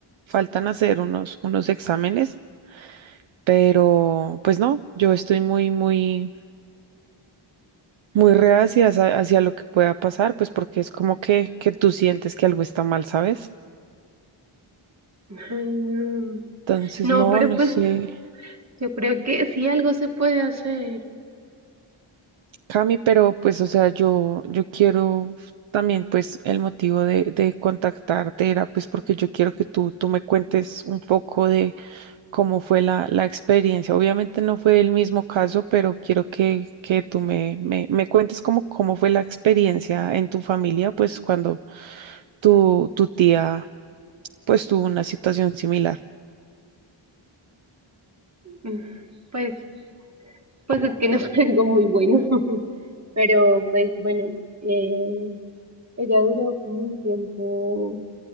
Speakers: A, on the right (about 70°); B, on the right (about 35°).
A: Faltan hacer unos, unos exámenes pero pues no, yo estoy muy, muy, muy reacia hacia, hacia lo que pueda pasar, pues porque es como que, que tú sientes que algo está mal, ¿sabes?
B: Ay, no.
A: Entonces,
B: No,
A: no,
B: pero
A: no
B: pues
A: sé,
B: yo creo que sí algo se puede hacer.
A: Cami, pero pues, o sea, yo, yo quiero también, pues, el motivo de, de contactarte era, pues, porque yo quiero que tú, tú me cuentes un poco de cómo fue la, la experiencia. Obviamente no fue el mismo caso, pero quiero que, que tú me, me, me cuentes cómo, cómo fue la experiencia en tu familia, pues, cuando Tu, tu tía, pues tuvo una situación similar.
B: Mm, Pues, pues es que no <laughs> fue algo muy bueno. <laughs> Pero pues bueno, eh, ella duró como un tiempo